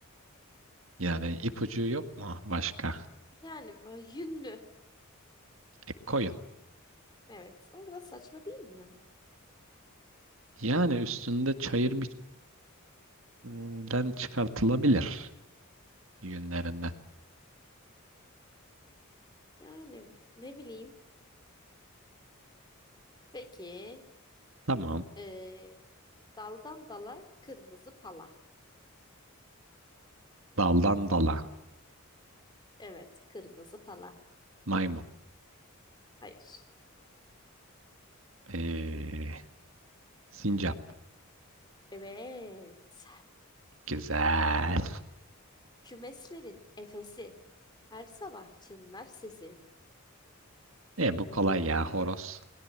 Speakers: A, on the right; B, on the left.
A: Yani ipucu yok mu başka?
B: Yani bu yünlü.
A: E, koyun.
B: Evet ama biraz saçma değil mi ya?
A: Yani üstünde çayır biçerimden çıkartılabilir yünlerinden.
B: Yani ne bileyim. Peki
A: Tamam.
B: eee, daldan dala kırmızı pala.
A: Daldan dala.
B: Evet kırmızı pala.
A: Maymun.
B: Hayır.
A: E, sincap.
B: Evet.
A: Güzel.
B: Kümeslerin efesi. Her sabah çınlar sesi.
A: E bu kolay ya horoz.